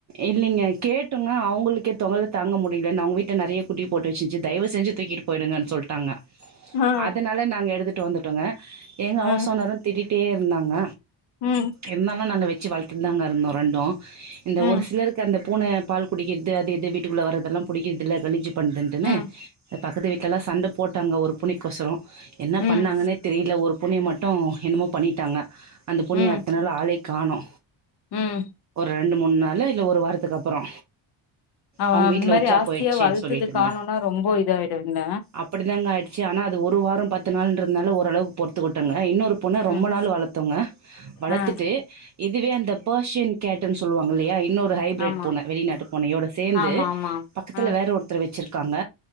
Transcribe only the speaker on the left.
ஆ
ஆ
ம்
ம்
ம்
ம்
ம்
ம்
அவ
அந்த
மாரி
ஆசையா
வளத்தது
காணோனா ரொம்ப இதாயிடுங்க
ம்
ஆ
ஆமா
ஆமா ஆமா
ஆ